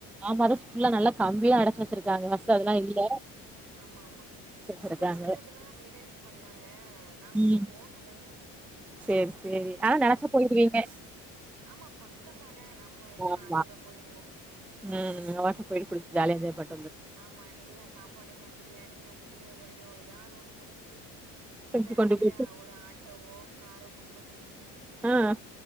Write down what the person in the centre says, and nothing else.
ஆமா அதா ஸ்குல்லா நல்லா கம்மியா அடைச்சு வச்சிருக்காங்க ஃபஸ்ட்டு அதெல்லா இல்ல
அடைச்சு வச்சிருக்காங்க.
ம்.
சரி சரி ஆனா நெனச்சா
போய்ருவீங்க
ஆமா.
ம் வாட்டு போய்டு குழிச்சுட்டு ஜாலியாக என்ஜாய் பன்ட்
தூக்கி
கொண்டு போயிட்டு
ம்